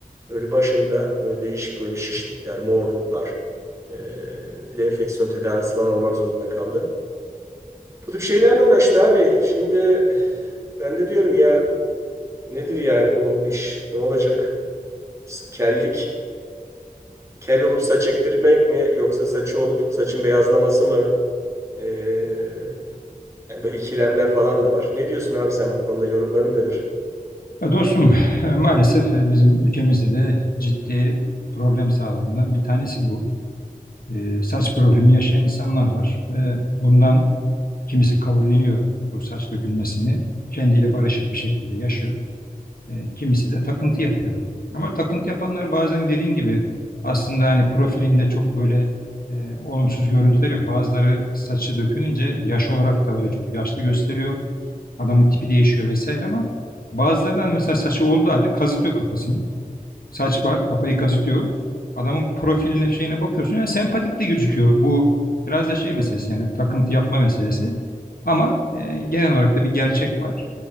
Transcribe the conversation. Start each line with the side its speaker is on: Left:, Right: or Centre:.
Right: böyle başında böyle değişik böyle şişlikler, morluklar ee, bir de enfeksiyon tedavisi falan olmak zorunda kaldı. Bu tip şeylerle uğraştı abi. Şimdi ben de diyorum ya nedir yani bu iş ne olacak? S- Kellik Kel olup saç ektirmek mi yoksa saçı olup saçın beyazlaması mı? Ee, yani böyle ikilemler falan da var. Ne diyorsun abi sen bu konuda yorumların nedir?
Left: Ya Dostum, e, maalesef e, bizim ülkemizde de ciddi problem sahalarından bir tanesi bu. E, saç problemi yaşayan insanlar var ve bundan kimisi kabulleniyor bu saç dökülmesini, kendiyle barışık bir şekilde yaşıyor. E, kimisi de takıntı yapıyor. Ama takıntı yapanlar bazen dediğin gibi aslında hani profilinde çok böyle e, olumsuz görüntüler yok. Bazıları saçı dökülünce yaş olarak da böyle çok yaşlı gösteriyor. Adamın tipi değişiyor vesaire ama bazıları hani mesela saçı olduğu halde kazıtıyor kafasını. Saç var, kafayı kazıtıyor. Adamın profiline, şeyine bakıyorsun ya sempatik de gözüküyor. Bu biraz da şey meselesi yani takıntı yapma meselesi. Ama e, genel olarak da bir gerçek var.